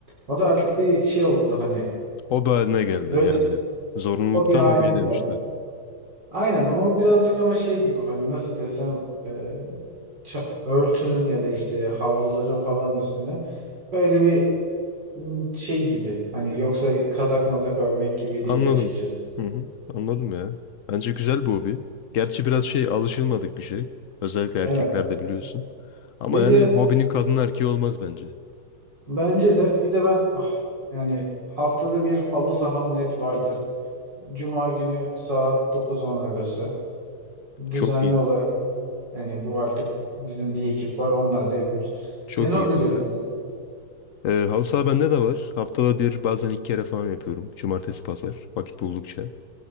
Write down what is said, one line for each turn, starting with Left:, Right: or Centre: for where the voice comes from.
Right: O da artık bir şey oldu hani.
Left: Hobi haline geldi.
Right: Böyle
Left: Yani
Right: bir
Left: zorunluluktan
Right: hobi haline
Left: hobiye
Right: geldi.
Left: dönüştü.
Right: Aynen o birazcık ama şey gibi hani nasıl desem e, ça- örtünün ya da işte havluların falan üstüne böyle bir m, şey gibi hani yoksa kazak mazak örmek gibi
Left: Anladım.
Right: değil açıkçası.
Left: Hı hı. Anladım ya. Bence güzel bir hobi. Gerçi biraz şey alışılmadık bir şey. Özellikle
Right: Evet.
Left: erkeklerde biliyorsun. Ama
Right: Bir
Left: yani
Right: de
Left: hobinin kadın erkeği olmaz bence.
Right: bence de bir de ben ah, yani haftada bir halı saham net vardır. Cuma günü saat dokuz on arası düzenli
Left: Çok iyi.
Right: olarak yani bu artık bizim bir ekip var onlarla yapıyoruz. Sen
Left: Çok
Right: o
Left: iyi
Right: bilir.
Left: kanka. Ee, halı saha bende de var. Haftada bir bazen iki kere falan yapıyorum. Cumartesi pazar. Vakit buldukça.